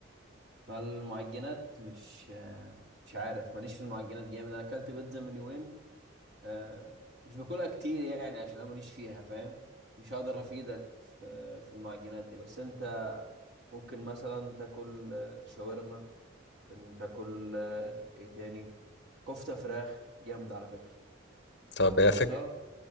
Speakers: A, on the right; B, on the left.
A: فالمعجنات مش آه، مش عارف ماليش في المعجنات جامد انا اكلت بيتزا من يومين آه، مش باكلها كتير يعني عشان انا ماليش فيها فاهم مش هقدر افيدك في في المعجنات دي بس انت ممكن مثلا تاكل آه، شاورما ممكن تاكل آه، ايه تاني كفتة فراخ جامدة على فكرة
B: طب
A: جربتها
B: يا فكرة